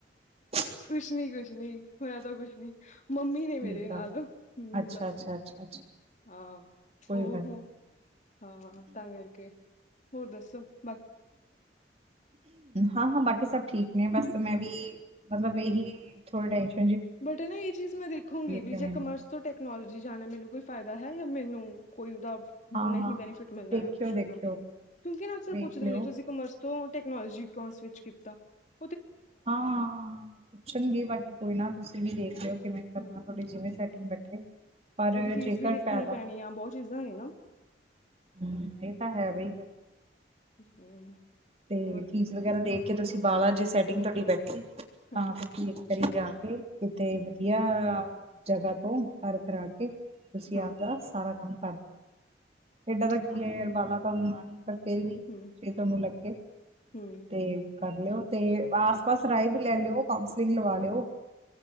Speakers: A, on the right; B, on the left.
A: <unintelligible>
B: ਕੁਝ ਨੀ ਕੁਝ ਨੀ ਹੋਇਆ ਤਾਂ ਕੁਝ ਨੀ ਮੰਮੀ
A: ਠੀਕ
B: ਨੇ ਮੇਰੇ ਨਾਲ
A: ਆ।
B: । ਹਮ
A: ਅੱਛਾ
B: ਬਸ
A: ਅੱਛਾ
B: ।
A: ਅੱਛਾ ਅੱਛਾ
B: ਹਾਂ
A: ਕੋਈ
B: ਉਹ
A: ਗੱਲ ਨੀ।
B: ਹ ਹਾਂ ਤਾਂ ਕਰਕੇ ਹੋਰ ਦੱਸੋ ।
A: ਹਾਂ ਹਾਂ ਬਾਕੀ ਸਭ । ਠੀਕ ਨੇ ਬਸ ਮੈਂ ਵੀ ਮਤਲਬ ਇਹੀ ਥੋੜਾ ।
B: ਬਟ ਇਹ ਚੀਜ਼ ਨਾ ਮੈਂ ਦੇਖੂਗੀ ਵੀ
A: ਕਿਵੇਂ
B: ਜੇ ਕਾਮਰਸ ਤੋਂ ਟੈਕਨਾਲੋਜੀ ਜਾਣਾ ਮੈਨੂੰ । ਕੋਈ ਫਾਇਦਾ ਹੈ ਜਾਂ ਮੈਨੂੰ ਕੋਈ ਉਹਦਾ ।
A: ਹਾਂ-ਹਾਂ
B: ਨਹੀਂ ਬੈਨੀਫਿਟ ਮਿਲਣਾ
A: ਦੇਖਿਓ-ਦੇਖਿਓ
B: ਆ ਕੁੱਝ ਉਹਦਾ ਕਿਉਂਕਿ ਨਾ ਅਕਸਰ
A: ਵੇਖ
B: ਪੁੱਛਦੇ
A: ਲਿਓ
B: ਨੇ ਤੁਸੀਂ ਕਾਮਰਸ ਤੋਂ? ਟੈਕਨਾਲੋਜੀ ਅਕਾਉਟਸ ਵਿੱਚ ਕੀਤਾ ।
A: ਹਾਂ ਪੁੱਛਣਗੇ ਬਾਕੀ ਕੋਈ ਨਾ ਤੁਸੀਂ ਵੀ ਦੇਖ ਲਿਓ ਕਿਵੇਂ ਕਰਨਾ
B: ਹਮ
A: ਤੁਹਾਡੀ ਜਿਵੇਂ ਸੈਟਿੰਗ ਬੈਠੇ ਪਰ
B: ਉਹਦੀ ਫੀਸ
A: ਜੇਕਰ
B: ਵੀ ਦੇਖਣੀ
A: ਫਾਇਦਾ
B: ਪੈਣੀ ਆ ਬਹੁਤ ਚੀਜ਼ਾਂ ਨੇ ਨਾ
A: ਹਮ ਇਹ ਤਾਂ ਹੈ ਬਈ
B: ਹਮ,
A: ਤੇ
B: ਹੋਰ
A: ਫੀਸ ਵਗੈਰਾ ਦੇਖ ਕੇ ਤੁਸੀਂ ਬਾਹਾ ਜੇ ਸੈਟਿੰਗ ਤੁਹਾਡੀ ਬੈਠੀ ਤਾਂ
B: ਹਾਂ
A: ਫੇਰ ਕਰਰੀ ਜਾ ਕੇ ਕਿਤੇ ਵਧੀਆ ਜਗ੍ਹਾ ਤੋਂ ਘ ਕਰਾ ਕੇ ਤੁਸੀਂ
B: ਹਾਂ
A: ਆਪਦਾ ਸਾਰਾ ਕੰਮ ਕਰ ਏਦਾਂ ਦਾ ਕੀ
B: ਹਾਂ
A: ਅੰਬਾਲਾ ਫੇਰ ਵੀ
B: ਹਮ
A: ਫੇ ਤੁਹਾਨੂੰ ਲੱਗੇ
B: ਹਮ
A: ਤੇ ਕਰ ਲਿਓ ਤੇ ਆਸ
B: ਹਮ
A: ਪਾਸ ਰਾਏ ਵੀ ਲੈ ਲਿਓ ਕਾਂਸਲਿੰਗ ਲਵਾ ਲਿਓ